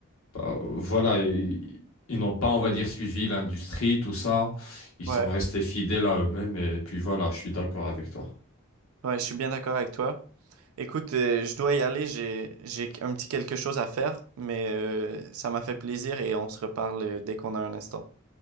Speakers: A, on the left; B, on the right.
A: bah, voilà, ils, ils n'ont pas, on va dire, suivi l'industrie, tout ça. Ils
B: Ouais.
A: sont restés fidèles à eux-mêmes. Et puis voilà, je suis d'accord avec toi.
B: Ouais, je suis bien d'accord avec toi. Écoute, euh, je dois y aller, j'ai, j'ai un petit quelque chose à faire, mais euh, ça m'a fait plaisir et on se reparle euh, dès qu'on a un instant.